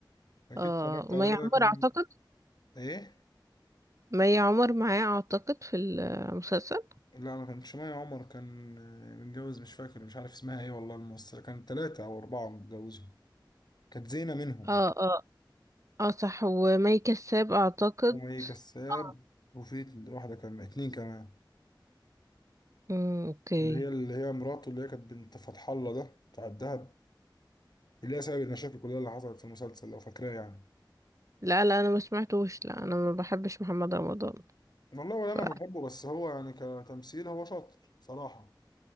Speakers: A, on the left (about 55°); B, on the right (about 40°).
A: اكيد
B: اه
A: اتفرجت
B: ومي
A: عليه
B: عمر
A: ده كان
B: اعتقد
A: ايه
B: مي عمر معاه اعتقد في المسلسل
A: لا ما كانش مي عمر كان آه، متجوز مش فاكر مش عارف اسمها ايه والله الممثلة كان ثلاثة او اربعة متجوزين كانت زينة منهم
B: اه اه اه صح ومي كساب اعتقد
A: هم ايه كساب
B: اه
A: وفي اتنين- واحدة كمان اتنين كمان
B: امم اوكي
A: اللي هي اللي هي مراته اللي هي كانت بنت فتح الله ده بتاع الدهب اللي هي سبب المشاكل كلها اللي حصلت في المسلسل لو فاكراه يعني
B: لا لا انا ما سمعتوش لا انا ما بحبش محمد رمضان
A: والله ولا
B: ف
A: انا بحبه بس هو يعني كتمثيل هو شاطر صراحة